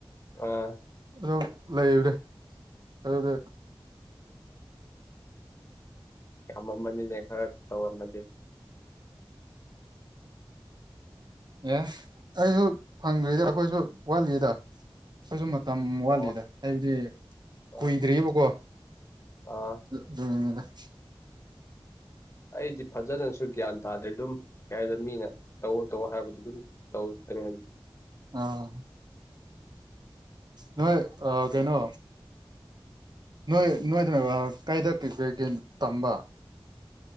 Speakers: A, on the left (about 30°); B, on the right (about 50°).
A: ꯑꯥ
B: ꯑꯗꯨꯝ ꯂꯩꯕ꯭ꯔꯦ ꯑꯗꯨꯗꯤ
A: ꯑꯃꯃꯝꯕꯅꯤꯅꯦ ꯈꯔ ꯇꯧꯔꯝꯃꯗꯤꯦ
B: ꯑꯦ ꯑꯩꯁꯨ ꯐꯪꯗ꯭ꯔꯤꯗ ꯑꯩꯈꯣꯏꯁꯨ ꯋꯥꯠꯂꯤꯗ ꯑꯩꯁꯨ ꯋꯥꯠꯂꯤꯗ
A: ꯑꯣ
B: ꯍꯥꯏꯕꯗꯤ ꯀꯨꯏꯗ꯭ꯔꯤꯌꯦꯕꯀꯣ
A: ꯑꯥ ꯑꯥ
B: ꯑꯗꯨꯅꯤꯗ <unintelligible>
A: ꯑꯩꯗꯤ ꯐꯖꯅꯁꯨ ꯒ꯭ꯌꯥꯟ ꯇꯥꯗ꯭ꯔꯦ ꯑꯗꯨꯝ ꯀꯩ ꯍꯥꯏꯗꯣꯏꯅꯣ ꯃꯤꯅ ꯇꯧꯑꯣ ꯇꯧꯑꯣ ꯍꯥꯏꯕꯗꯣ ꯑꯗꯨꯝ ꯇꯧꯇ꯭ꯔꯦ
B: ꯑ ꯅꯣꯏ ꯑ ꯀꯩꯅꯣ ꯅꯣꯏ ꯅꯣꯏꯗꯅ ꯀꯩꯗ ꯄꯤꯖꯒꯦ ꯇꯝꯕ